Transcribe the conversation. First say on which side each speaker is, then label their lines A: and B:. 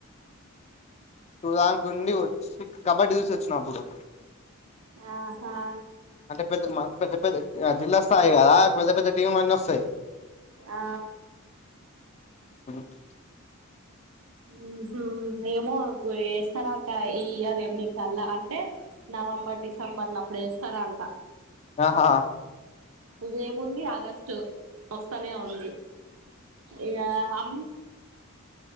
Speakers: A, on the left; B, on the right.
A: టూ దాంక ఉండి వచ్చి కబడ్డీ చూసోచ్చిన అప్పుడు
B: ఆహా
A: అంటే పెద్ద పెద్ద పెద్ద జిల్లా స్థాయి కదా పెద్ద పెద్ద టీం లు అన్ని వస్తాయి
B: ఆ
A: <inaudible>
B: ఊహూ ఏమో గు ఏస్తరా ట ఈ ఇయర్ ఎండింగ్ కల్లా అంటే న వంబర్ డిసెంబర్ల అప్పుడు ఏస్తరంట
A: ఆహా
B: యేముంది ఆగస్టు ఒస్తనే ఉంది ఇగా అమ్